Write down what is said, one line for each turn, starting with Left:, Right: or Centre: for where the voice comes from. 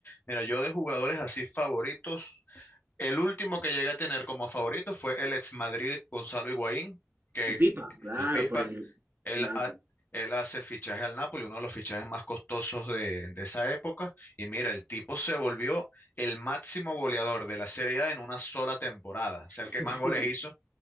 Left: Mira, yo de jugadores así favoritos, el último que llegué a tener como favorito fue el ex Madrid Gonzalo Higuaín, que
Right: El Pipa, claro,
Left: El Pipa,
Right: por el...
Left: él,
Right: Nada,
Left: ha-
Right: por...
Left: él hace el fichaje al Napoli, uno de los fichajes más costosos de, de esa época. Y mira, el tipo se volvió el máximo goleador de la Serie A en una sola temporada.
Right: Sí,
Left: O sea, el que
Right: <laughs>
Left: más
Right: sí,
Left: goles hizo.